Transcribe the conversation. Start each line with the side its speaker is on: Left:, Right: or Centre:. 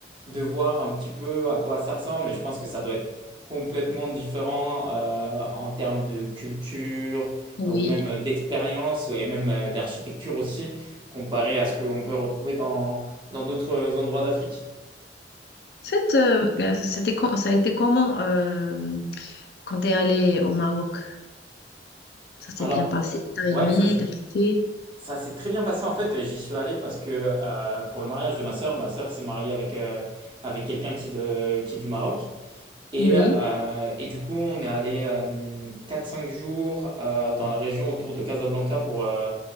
Right: de voir un petit peu à quoi ça ressemble. Et je pense que ça doit être complètement différent euh, en termes de culture
Left: Oui.
Right: euh, ou même d'expérience et même euh, d'architecture aussi, comparé à ce qu'on peut retrouver dans, dans d'autres endroits d'Afrique.
Left: En fait, euh, euh, c'était, com- ça a été comment euh, quand t'es allé au Maroc? Ça s'est
Right: Alors,
Left: bien passé? T'as
Right: ouais,
Left: aimé?
Right: ça c'est.
Left: T'as kiffé?
Right: Ça s'est très bien passé en fait, j'y suis allé parce que euh, pour le mariage de ma sœur, ma sœur s'est mariée avec, euh, avec quelqu'un qui est de- qui est du Maroc. Et,
Left: Oui.
Right: euh, et du coup, on est allé euh, 4-5 jours euh, dans la région autour de Casablanca pour, euh,